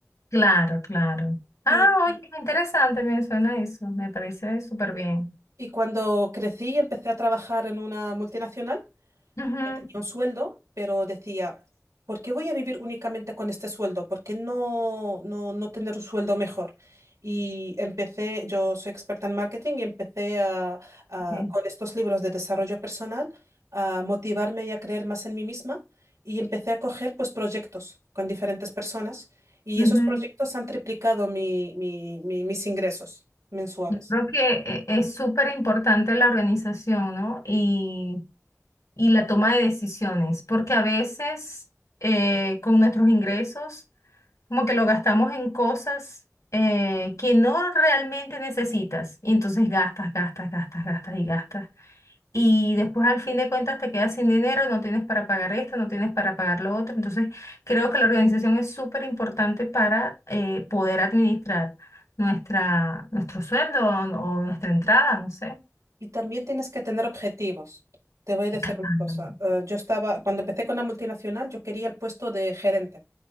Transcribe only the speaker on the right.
Y,
y cuando crecí, empecé a trabajar en una multinacional
Yo tenía un sueldo, pero decía, ¿por qué voy a vivir únicamente con este sueldo? ¿Por qué no, no, no tener un sueldo mejor? Y empecé, yo soy experta en marketing y empecé a, a-
con estos libros de desarrollo personal a motivarme y a creer más en mí misma y empecé a coger pues proyectos con diferentes personas y
esos proyectos han triplicado mi- mi- mi- mis ingresos mensuales.
Y también tienes que tener objetivos. Te voy a decir
una cosa. eh, yo estaba, cuando empecé con la multinacional, yo quería el puesto de gerente.